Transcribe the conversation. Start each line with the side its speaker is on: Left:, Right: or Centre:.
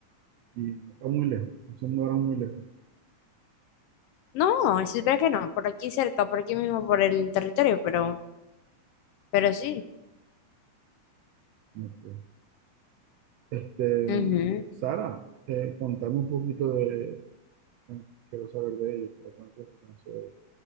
Right: y no está muy lejos, no se mudaron muy lejos.
Left: No, si supiera que no, por aquí cerca, por aquí mismo, por el territorio, pero, pero sí.
Right: no Este,
Left: Ujú.
Right: Sara, eh, contame un poquito de, no quiero saber de ellos, porque tanto tiempo que no sé de,